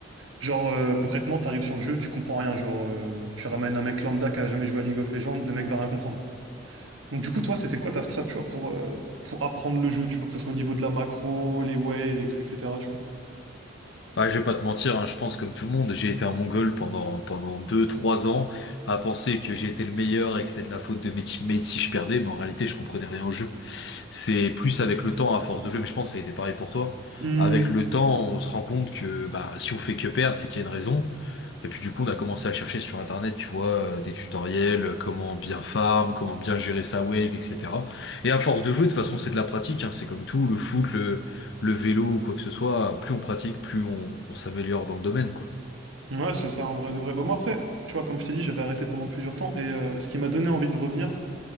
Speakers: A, on the right; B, on the left.
A: Genre, euh, concrètement, t'arrives sur le jeu, tu comprends rien. Genre, euh, tu ramènes un mec lambda qui a jamais joué à League of Legends, le mec va rien comprendre. Donc, du coup, toi, c'était quoi ta strat, tu vois, pour, euh, pour apprendre le jeu, tu vois, que ce soit au niveau de la macro, les waves, et- etc., tu vois.
B: Bah, je vais pas te mentir, hein, je pense comme tout le monde, j'ai été un Mongol pendant pendant deux trois ans à penser que j'étais le meilleur et que c'était de la faute de mes teammates si je perdais, mais en réalité je comprenais rien au jeu. C'est plus avec le temps, à force de jeu, mais je pense que ça a été pareil pour toi.
A: Hmm.
B: Avec le temps, on se rend compte que bah si on fait que perdre, c'est qu'il y a une raison. Et puis du coup, on a commencé à chercher sur Internet, tu vois, euh, des tutoriels, euh, comment bien farm, comment bien gérer sa wave, etc. Et à force de jouer, de toute façon, c'est de la pratique, hein, c'est comme tout, le foot, le, le vélo ou quoi que ce soit, plus on pratique, plus on, on s'améliore dans le domaine, quoi.
A: Ouais, c'est ça, en vrai de vrai. Bah, moi, après, tu vois, comme je t'ai dit, j'avais arrêté pendant plusieurs temps, et euh, ce qui m'a donné envie de revenir,